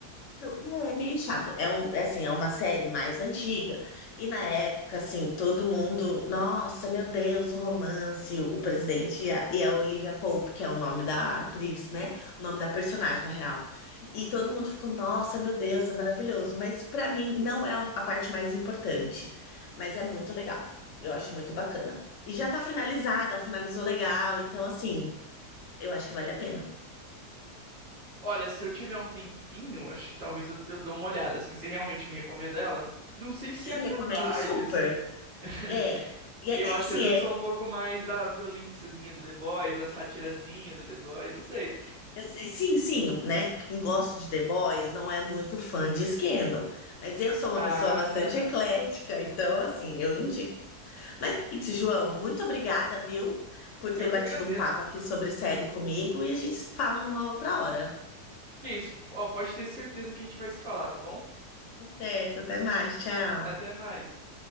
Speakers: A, on the left; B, on the right.
A: Não, É meio chato. É um, é assim, é uma série mais antiga. E na época, assim, todo mundo, nossa, meu Deus, o romance, o presidente e a, e a Olivia Pope, que é o nome da atriz, né? O nome da personagem, na real. E todo mundo ficou, nossa, meu Deus, é maravilhoso. Mas pra mim não é a parte mais importante. Mas é muito legal. Eu acho muito bacana. E já tá finalizada, finalizou legal. Então, assim, eu acho que vale a pena.
B: Olha, se eu tiver um tempinho, acho que talvez eu, eu dou uma olhada, assim. Você realmente me recomenda ela? Não sei se
A: Eu
B: é a
A: recomendo
B: minha vibe,
A: super.
B: assim. <laughs>
A: É. E é,
B: Eu
A: assim,
B: acho que às vezes eu sou um pouco mais da violênciazinha do The Boys, a satirazinha do The Boys, não sei.
A: Eu sei, sim, sim, né? Quem gosta de The Boys não é muito fã de Scandal, mas eu sou uma
B: Ah,
A: pessoa bastante eclética, então, assim, eu indico. Mas é isso, João, muito obrigada, viu, por ter
B: eu
A: batido
B: que agradeço.
A: um papo aqui sobre série comigo e a gente se fala numa outra hora.
B: Que isso? Ó, pode ter certeza que a gente vai se falar, tá bom?
A: Tá certo, até mais, tchau.
B: Até mais.